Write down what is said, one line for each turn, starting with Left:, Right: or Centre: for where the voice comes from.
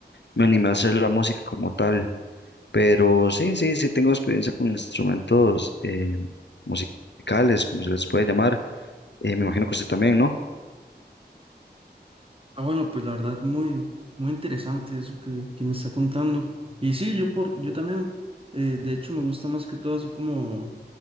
Left: me animé a hacer la música como tal. Pero sí, sí, sí tengo experiencia con instrumentos eh, musicales, como se les puede llamar. Eh, me imagino que usted también, ¿no?
Right: Ah, bueno, pues la verdad, muy, muy interesante eso que, que me está contando. Y sí, yo, por, yo también, eh, de hecho, me gusta más que todo así como